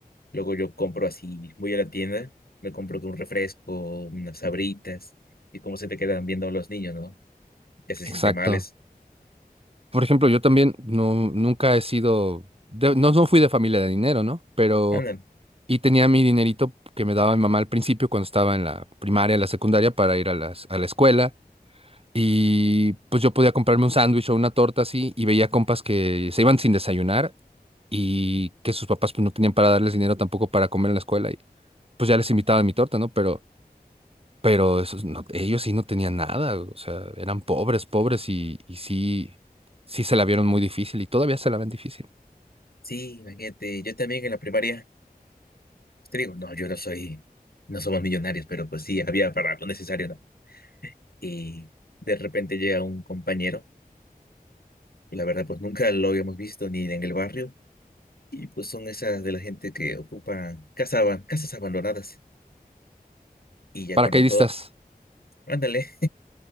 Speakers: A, on the left; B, on the right.
A: luego yo compro así, voy a la tienda, me compro un refresco, unas sabritas, y cómo se te quedan viendo los niños, ¿no? Que se
B: Exacto.
A: sienten males.
B: Por ejemplo, yo también no, nunca he sido, de- no, no fui de familia de dinero, ¿no? Pero
A: Andan,
B: y tenía mi dinerito que me daba mi mamá al principio cuando estaba en la primaria, la secundaria para ir a las, a la escuela. Y pues yo podía comprarme un sándwich o una torta así y veía compas que se iban sin desayunar y que sus papás pues no tenían para darles dinero tampoco para comer en la escuela y pues ya les invitaba mi torta, ¿no? Pero, pero esos no- ellos sí no tenían nada, o sea, eran pobres, pobres y, y sí, sí se la vieron muy difícil y todavía se la ven difícil.
A: sí, imagínate, yo también en la primaria. Te digo, no, yo no soy, no somos millonarios, pero pues sí, había para lo necesario, ¿no? Y de repente llega un compañero, y la verdad, pues nunca lo habíamos visto ni en el barrio, y pues son esas de la gente que ocupan casa, aban- casas abandonadas, y ya
B: Paracaidistas.
A: cuando todos, ándale,